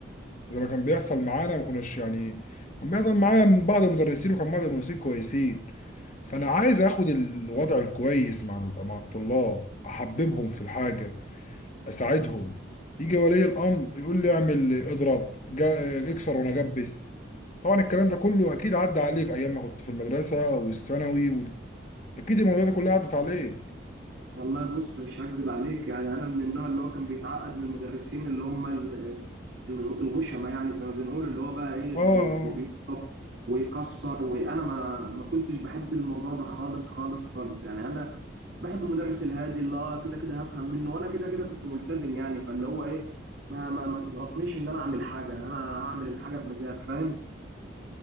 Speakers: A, on the left; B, on the right.
A: زي ما كان بيحصل معانا ما كناش يعني كان بيحصل معانا من بعض المدرسين وكان بعض المدرسين كويسين فانا عايز اخد الوضع الكويس مع مع الطلاب احببهم في الحاجه اساعدهم يجي ولي الامر يقول لي اعمل اضرب جا- اكسر وانا جبس طبعا الكلام ده كله اكيد عدى عليك ايام ما كنت في المدرسه والثانوي وال... اكيد المواضيع دي كلها عدت عليك
B: والله بص مش هكدب عليك يعني انا من النوع اللي هو كان بيتعقد من المدرسين اللي هم ال- آه، الغ- الغشمه يعني زي ما بنقول اللي هو بقى ايه
A: اه
B: بي-
A: آه.
B: بي- بيضرب ويكسر وانا ما ما كنتش بحب الموضوع ده خالص خالص خالص يعني انا بحب المدرس الهادي اللي اه كده كده هفهم منه وانا كده كده كنت ملتزم يعني فاللي هو ايه ما ما, ما تضغطنيش ان انا اعمل حاجه انا هعمل الحاجه بمزاج فاهم